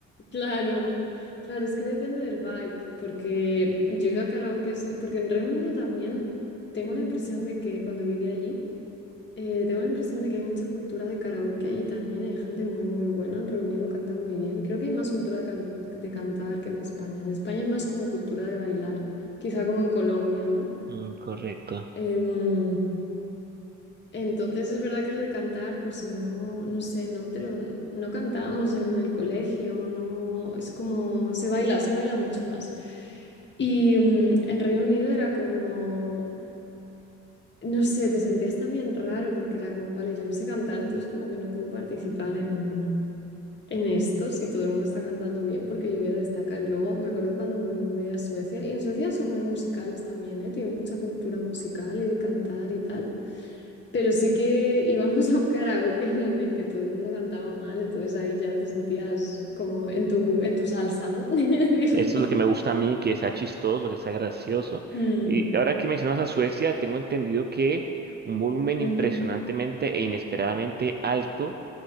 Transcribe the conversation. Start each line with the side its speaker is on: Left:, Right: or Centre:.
Left: Claro, claro, es que depende del vibe, porque yo he ido a karaokes, porque en Reino Unido también tengo la impresión de que cuando viví allí, eh, tengo la impresión de que hay mucha cultura de karaoke allí también, hay gente muy, muy buena en Reino Unido, canta muy bien, creo que hay más cultura de, cal- de cantar que en España, en España hay más como cultura de bailar, quizá como en Colombia, ¿no?
Right: Mm, correcto.
Left: Em, entonces es verdad que lo de cantar, pues no, no sé, no te lo, no cantábamos en el colegio, no, es como se baila, se baila mucho más. Y mm, en Reino Unido era como, no sé, te sentías también raro porque era como, vale, yo no sé cantar, entonces como que no puedo participar en, en esto si todo el mundo está cantando bien porque yo voy a destacar. Y luego me acuerdo cuando me mudé a Suecia, y en Suecia son muy musicales también, ¿eh? Tienen mucha cultura musical y de cantar y tal. Pero sí que íbamos a un karaoke en el que todo el mundo cantaba mal, entonces ahí ya te sentías como en tu, en tu salsa, ¿no? <laughs> Digamos.
Right: Esto es lo que me gusta a mí, que sea chistoso, que sea gracioso.
Left: Mm,
Right: Y ahora que mencionas a Suecia, tengo entendido que un volumen
Left: ujú,
Right: impresionantemente e inesperadamente alto